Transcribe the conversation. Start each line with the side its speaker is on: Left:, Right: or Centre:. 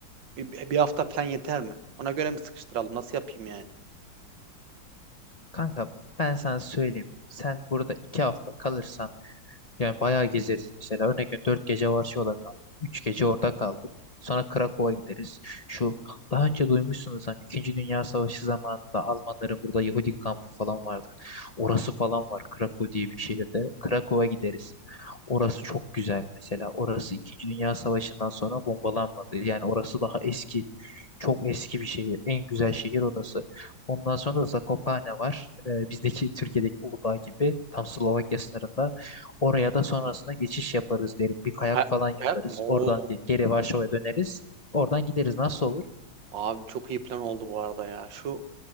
Right: bir, bir hafta falan yeter mi? Ona göre mi sıkıştıralım? Nasıl yapayım yani?
Left: Kanka ben sana söyleyeyim. Sen burada iki hafta kalırsan yani bayağı gezeriz mesela. Örnek veriyorum 4 gece Varşova'da kaldık. üç gece orada kaldık. Sonra Krakow'a gideriz. Şu daha önce duymuşsunuz hani İkinci Dünya Savaşı zamanında Almanların burada Yahudi kampı falan vardı. Orası falan var Krakow diye bir şehirde. Krakow'a gideriz. Orası çok güzel mesela. Orası İkinci Dünya Savaşı'ndan sonra bombalanmadı. Yani orası daha eski. Çok eski bir şehir. En güzel şehir orası. Ondan sonra da Zakopane var. Ee, bizdeki Türkiye'deki Uludağ gibi tam Slovakya sınırında. Oraya da sonrasında geçiş yaparız derim. Bir kayak
Right: Kayak,
Left: falan yaparız.
Right: kayak mı? Oo.
Left: Oradan ge- geri Varşova'ya döneriz. Oradan gideriz. Nasıl olur?
Right: Abi çok iyi plan oldu bu arada ya. Şu